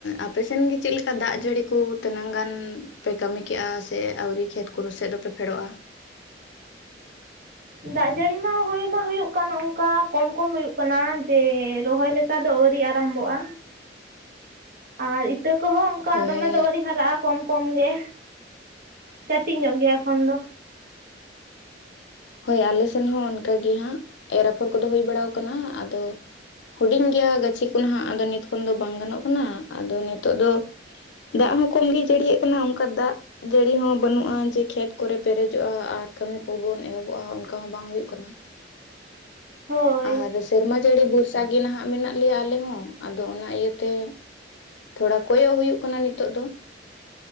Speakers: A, on the left; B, on the right.
A: ᱟᱯᱮ ᱥᱮᱱᱜᱤ ᱪᱮᱫ ᱞᱮᱠᱟ ᱫᱟᱜ ᱡᱟᱹᱲᱤ ᱠᱚ, ᱛᱤᱱᱟᱹᱝ ᱜᱟᱱ ᱯᱮ ᱠᱟᱹᱢᱤ ᱠᱮᱜᱼᱟ, ᱥᱮ ᱟᱹᱣᱨᱤ? ᱠᱷᱮᱛ ᱠᱚᱨᱮ ᱥᱮᱫ ᱫᱚᱯᱮ ᱯᱮ ᱯᱷᱮᱰᱚᱜᱼᱟ
B: ᱫᱟᱜ ᱡᱟᱹᱲᱤ ᱢᱟ, ᱦᱩᱭ ᱢᱟ ᱦᱩᱭᱩᱜ ᱠᱟᱱ ᱚᱱᱠᱟ ᱠᱚᱢ ᱠᱚᱢ ᱦᱩᱭᱩᱜ ᱠᱟᱱᱟ, ᱡᱮ ᱨᱚᱦᱚᱭ ᱞᱮᱠᱟ ᱫᱚ ᱟᱹᱣᱨᱤ ᱟᱨᱟᱢ ᱵᱚᱜᱼᱟ᱾ ᱟᱨ, ᱤᱛᱟᱹ ᱠᱚᱦᱚᱸ ᱚᱱᱠᱟ
A: ᱦᱳᱭ
B: ᱫᱚᱢᱮ ᱫᱚ ᱟᱹᱣᱨᱤ ᱦᱟᱨᱟᱜᱼᱟ, ᱠᱚᱢ ᱠᱚᱢ ᱜᱮ, ᱠᱟᱹᱴᱤᱡ ᱧᱚᱜ ᱜᱮᱭᱟ ᱮᱠᱷᱚᱱ ᱫᱚ᱾
A: ᱦᱳᱭ ᱟᱞᱮ ᱥᱮᱱ ᱦᱚᱸ ᱚᱱᱠᱟ ᱜᱮ ᱦᱟᱸᱜ, ᱮᱨᱟᱯᱷᱚᱨ ᱠᱚᱫᱚ ᱦᱩᱭ ᱵᱟᱲᱟ ᱟᱠᱟᱱᱟ᱾ ᱟᱫᱚ ᱦᱩᱰᱤᱧ ᱜᱮᱭᱟ ᱜᱟᱹᱪᱷᱤ ᱠᱚ ᱱᱟᱦᱟᱜ, ᱟᱫᱚ ᱱᱤᱛ ᱠᱷᱚᱱ ᱫᱚ ᱵᱟᱝ ᱜᱟᱱᱚᱜ ᱠᱟᱱᱟ, ᱟᱫᱚ ᱱᱤᱛᱚᱜ ᱫᱚ ᱫᱟᱜ ᱦᱚᱸ ᱠᱚᱢ ᱜᱮ ᱡᱟᱹᱲᱤᱭᱟᱜ ᱠᱟᱱᱟ, ᱚᱱᱠᱟ ᱫᱟᱜ ᱡᱟᱹᱲᱤ ᱦᱚᱸ ᱵᱟᱹᱱᱩᱜᱼᱟ, ᱡᱮ ᱠᱷᱮᱛ ᱠᱚᱨᱮ ᱯᱮᱨᱮᱡᱚᱜᱼᱟ ᱟᱨ ᱠᱟᱹᱢᱤ ᱠᱚᱵᱚᱱ ᱮᱦᱚᱵ ᱚᱜᱼᱟ, ᱚᱱᱠᱟ ᱦᱚᱸ ᱵᱟᱝ ᱦᱩᱭᱩᱜ ᱠᱟᱱᱟ᱾
B: ᱦᱳᱭ
A: ᱟᱨ ᱥᱮᱨᱢᱟ ᱡᱟᱹᱲᱤ ᱵᱚᱨᱥᱟ ᱜᱮ ᱱᱟᱦᱟᱜ ᱢᱮᱱᱟᱜ ᱞᱮᱭᱟ ᱟᱞᱮ ᱦᱚᱸ, ᱟᱫᱚ ᱚᱱᱟ ᱤᱭᱟᱹᱛᱮ ᱛᱷᱚᱲᱟ ᱠᱚᱭᱚᱜ ᱦᱩᱭᱩᱜ ᱠᱟᱱᱟ, ᱱᱤᱛᱚᱜ ᱫᱚ᱾